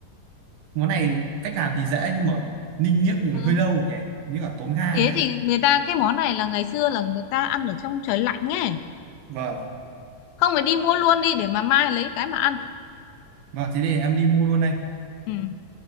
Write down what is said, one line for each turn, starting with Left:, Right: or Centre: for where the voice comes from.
Right: món này cách làm thì dễ nhưng mà ninh niếc
Left: ừ.
Right: hơi lâu nhỉ như là tốn ga
Left: thế thì người ta cái món này là ngày xưa là người ta ăn ở trong trời lạnh nghe
Right: Vâng,
Left: không phải đi mua luôn đi để mà mai lấy cái mà ăn
Right: vâng thế thì em đi mua luôn đây.
Left: ừ